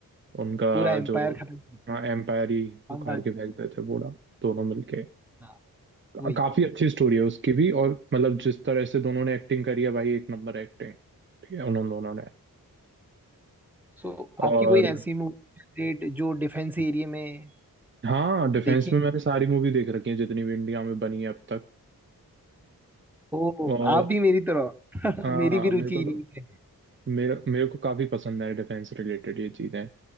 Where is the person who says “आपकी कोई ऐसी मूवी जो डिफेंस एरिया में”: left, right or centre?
Centre